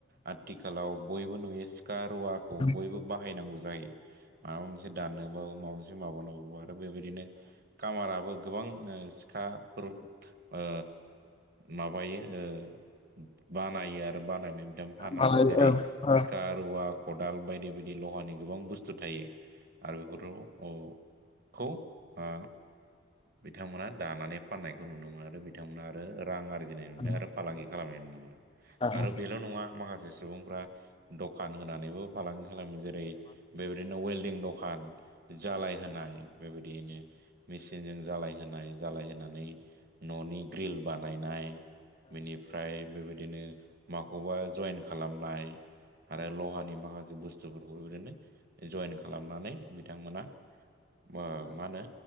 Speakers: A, on the right (about 50°); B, on the left (about 25°).
A: आथिखालाव बयबो नुयो सिखा सिखा रुवाखौ
B: औ
A: बयबो बाहायनांगौ जायो माबा मोनसे दाननोबाबो माबा मोनसे माबानांगौ दा बेबायदिनो कामाराबो गोबां ओ सिखाफोर ओ माबायो ओ बानायो आरो बानायनाय फानो
B: मालाय
A: जेरै
B: औ औ
A: सिखा रुवा खौदाल बायदि बायदि लहानि गोबां बुस्थु थायो आरो बेथ खौ ओ बिथांमोना दानानै फाननायखौ नुनो मोनो आरो बिथांमोना आरो रां आरजिनाय न
B: औ
A: आरो फालांगि खालामनाय नुनो मोनो
B: होनबा
A: आरो बेल' नङा माखासे सुबुंफ्रा दखान होनानैबो फालांगि खालामो जेरै बेबायदिनो वेल्डं दखान जालाय होनाय बेबायदियनो मेचनजों जालायहोनाय जालायहोनानै न'नि ग्रिल बानायनाय बिनिफ्राय बेबायदिनो माखौबा जइेन खालामनाय आरो लहानि माखासे बुस्थुफोरखौबो बिदिनो जइेन खालामनानै बिथांमोना मा होनो